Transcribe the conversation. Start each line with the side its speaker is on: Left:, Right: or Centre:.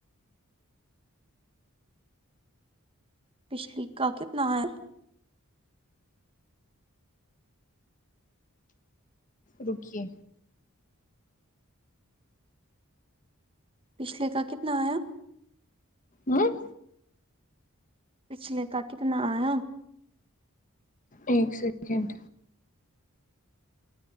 Right: پچھلی کا کتنا ہے
Left: رکیے
Right: پچھلے کا کتنا آیا
Left: ہمم
Right: پچھلے کا کتنا آیا
Left: ایک سیکنڈ